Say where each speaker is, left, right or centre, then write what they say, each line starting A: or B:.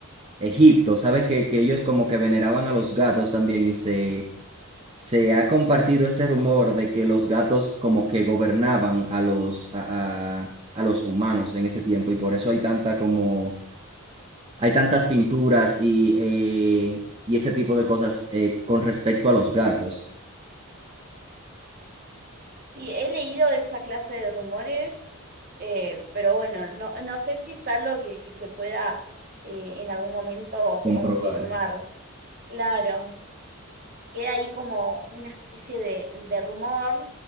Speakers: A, on the right; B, on the right.
A: Egipto, ¿sabes? Que, que ellos como que veneraban a los gatos también y se, se ha compartido ese rumor de que los gatos como que gobernaban a los, a, a- a los humanos en ese tiempo y por eso hay tanta como, hay tantas pinturas y, eh, y ese tipo de cosas eh, con respecto a los gatos.
B: Sí, he leído esa clase de rumores, eh, pero bueno, no, no sé si es algo que, que se pueda eh, en algún momento
A: Comprobar.
B: confirmar. Claro, queda ahí como una especie de, de rumor,